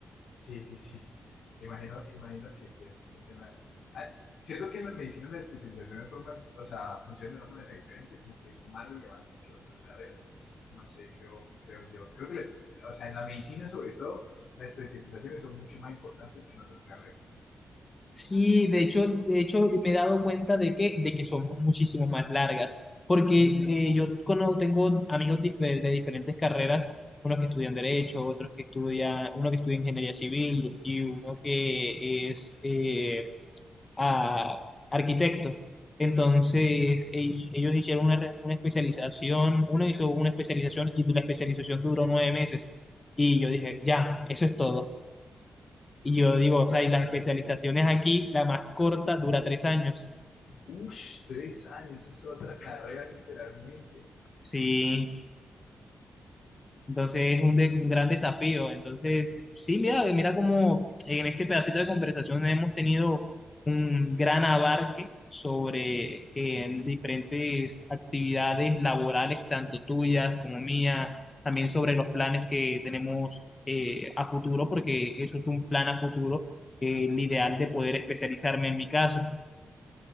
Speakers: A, on the left; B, on the left.
A: Sí, sí, sí. Imagino, imagino que sí, así funciona. Ah, Siento que en las medicinas las especializaciones forman, o sea, funcionan de una manera diferente, como que son más relevantes que en otras carreras. No sé, creo, creo yo. Creo que, las- o sea, en la medicina sobre todo, las especializaciones son mucho más importantes que en otras carreras.
B: Sí, de hecho, de hecho me he dado cuenta de que, de que son muchísimo más largas, porque
A: Mm,
B: eh, yo cono- tengo amigos dife- de diferentes carreras, unos que estudian derecho, otros que estudian, uno que estudia ingeniería civil y uno
A: Sí,
B: que es eh, a- arquitecto. Entonces, e- ellos hicieron una, re- una especialización, uno hizo una especialización y la especialización duró nueve meses. Y yo dije, ya, eso es todo. Y yo digo, o
A: creo
B: sea, y las
A: que
B: especializaciones
A: sí, sí, creo que- sí.
B: aquí, la más corta dura tres años.
A: Ush, tres años, eso es otra carrera literalmente.
B: Sí, entonces es un, de- un gran desafío. Entonces, sí, mira, mira cómo en este pedacito de conversación hemos tenido un gran abarque sobre eh, diferentes actividades laborales, tanto tuyas como mías, también sobre los planes que tenemos eh, a futuro, porque eso es un plan a futuro, eh, el ideal de poder especializarme en mi caso.